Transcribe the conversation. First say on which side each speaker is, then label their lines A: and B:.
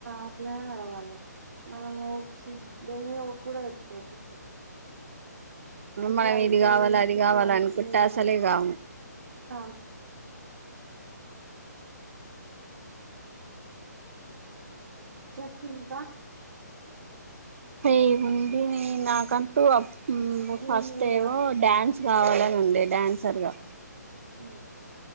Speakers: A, on the right (about 65°); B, on the right (about 45°).
A: ఇట్లనే నడవాలే మనం హోప్స్ దేనిమీద హోప్ కూడా పెట్టుకోవద్దు గిట్లా
B: మనం
A: అయితది
B: ఇది గావాలే అది
A: గిట్లా
B: గావాలే
A: అయితది
B: అనుకుంటే అసలే
A: అని
B: గాము
A: కామ్ చెప్పింకా
B: ఏ ఉడిని నా కంటు ఉమ్ ఫస్ట్
A: ఏం లేదా
B: ఏమో డ్యాన్స్ కావాలని ఉండే డ్యాన్సర్ గా
A: ఉ